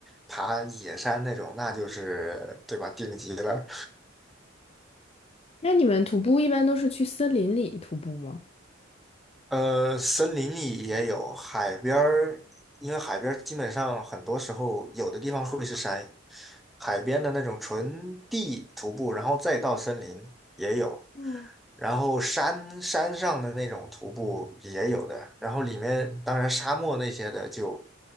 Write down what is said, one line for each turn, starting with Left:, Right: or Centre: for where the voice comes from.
Centre: 爬野山那种，那就是对吧，顶级了。
Left: 那你们徒步一般都是去森林里徒步吗？
Centre: 呃，森林里也有，海边儿，因为海边儿基本上很多时候有的地方会是山，海边的那种纯地徒步，然后再到森林也有，
Left: 哦，
Centre: 然后山山上的那种徒步也有的，然后里面当然沙漠那些的就